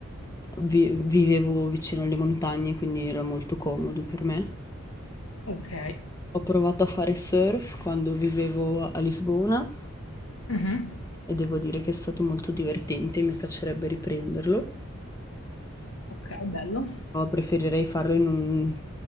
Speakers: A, on the left; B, on the left.
A: vi- vivevo vicino alle montagne, quindi era molto comodo per me.
B: Ok.
A: Ho provato a fare surf quando vivevo a Lisbona
B: Mhm.
A: e devo dire che è stato molto divertente, mi piacerebbe riprenderlo.
B: Ok, bello.
A: Però preferirei farlo in un